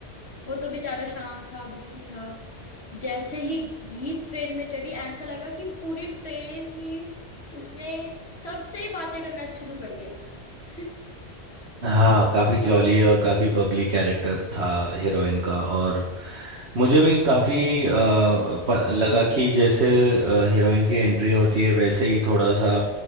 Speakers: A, on the left; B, on the right.
A: वो तो बेचारा शांत था दुखी था जैसे ही गीत ट्रेन में चढ़ी ऐसा लगा कि पूरी ट्रेन ही उसने सबसे ही बातें करना शुरू कर दिया <laughs>
B: <laughs> हाँ काफ़ी जॉली और काफ़ी बबली कैरेक्टर था हीरोइन का और मुझे भी काफी अ, प- लगा कि जैसे हीरोइन की एंट्री होती है वैसे ही थोड़ा सा